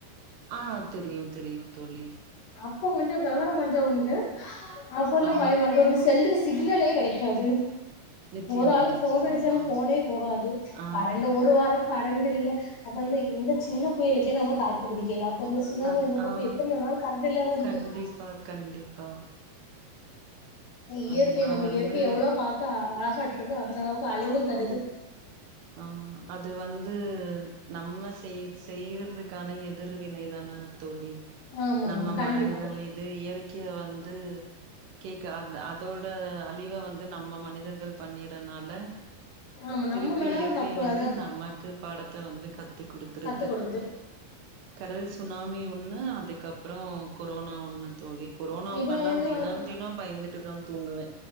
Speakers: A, on the right; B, on the left.
A: ஆ தெரியு தெரியு தோழி
B: இப்ப கொஞ்சம் விவரம் கொஞ்சம் உண்டு அப்போலாம்
A: ஆ
B: பயமாக இருக்கு உங்க செல்லுக்கு ஸ் சிக்னலே கெடைக்காது
A: நிச்சயமா
B: ஒரு ஆளுக்
A: நிச்சயமா
B: ஃபோன் அடிச்சாலு ஃபோனே போகாது
A: ஆ
B: கரண்டு ஒரு வாரோ கரண்டுல்ல அப்ப வந்து இந்த சின்ன புயலுக்கே நம்ப தாக்கு புடிக்கல அப்பந்து இல்லாம
A: த
B: இருந்தப்போ
A: ஆ
B: அப்போ எத்தன நாள் கரண்டு இல்லாம இருந்திருக்கு
A: கண்டிப்பா கண்டிப்பா
B: இயற்கை
A: அதெல்லா
B: நம்ம
A: வந்து
B: இயற்கை எவ்ளோ பாக்க அழகாட்ருக்கோ அந்த அளவுக்கு அழிவு தருது
A: ஆமா அது வந்து நம்ம செய் செய்றதுக்கான எதிர்வினைதான தோழி
B: ஆமா
A: நம்ம
B: ஆமா கண்டிப்பா
A: மரங்கள் இது இயற்கய வந்து கேக்க அத் அதோட அழிவ வந்து நம்ம மனிதர்கள் பண்ணிறத்னால
B: ஆமா
A: திருப்
B: நம்ம
A: இப்பி
B: மேலதா
A: இயற்கை
B: தப்பு
A: வந்து
B: அத
A: நமக்கு பாடத்த வந்து கத்து குடுத்துருது
B: கத்து குடுக்குது
A: கடல் சுனாமி ஒன்னு அதுக்கப்றோ கொரோனா ஒன்னு தோழி கொரோனா
B: இவ
A: அப்பல்லா
B: எது
A: தினம்
B: வந்து
A: தினோ பயந்துட்டுதா தூங்குவே